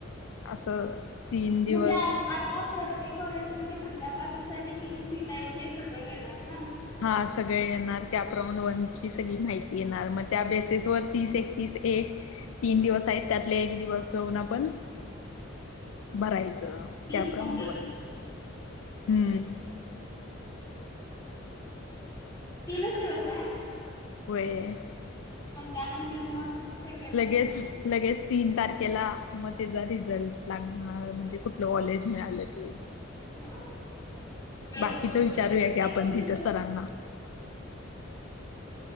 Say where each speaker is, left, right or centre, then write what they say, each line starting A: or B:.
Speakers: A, on the left; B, on the left.
A: असं तीन दिवस
B: म्हणजे आता प्रत्येक कॉलेजमध्ये कुठल्या कास्टसाठी किती सीटा आहेत हे सगळं येणार ना?
A: हां सगळं येणार त्याप्रमाणे वन ची सगळी माहिती येणार मग त्या बेसेस वर तीस एकतीस एक तीन दिवस आहेत, त्यातले एक दिवस जाऊन आपण भरायचं
B: तीस
A: कॅपराऊंड
B: आणि एक
A: वन हम्म
B: तीनच दिवस आहेत?
A: होय.
B: आणि त्यानंतर मग? सेकंड
A: लगेच
B: पेपर
A: लगेच तीन तारखेला मग त्याचा रिझल्ट लागणार म्ह म्हणजे कुठलं कॉलेज मिळालं ते.
B: हां एक
A: बाकीच विचारूया की आपण
B: एकच दिवस
A: तिथं सरांना